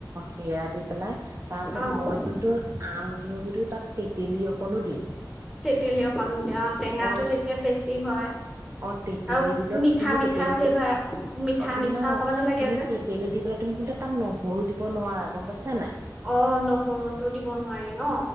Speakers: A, on the right; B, in the centre.
A: সেয়া দি পেলাই, তাৰ পিছত
B: অ',
A: মই কিন্তু আম উ যদি তাত তেলি অকণো দিওঁ
B: তেতেলি অকণ দিয় টেঙাটো
A: অ
B: তেতিয়া বেছি হয়
A: অ' তেতেলী
B: আৰু
A: দিলে
B: মিঠা
A: তুমি
B: মিঠা
A: তেতেলীতো
B: ফ্লেভাৰ মিঠা
A: অ তুমি
B: মিঠা
A: ন
B: অকমানো লাগে
A: তুমি
B: যে
A: তেতেলি দি পেলাই তুমি কিন্তু তাত নহৰু দিব নোৱাৰা গম পাইছা নাই
B: অ নহৰুটো দিব নোৱাৰি ন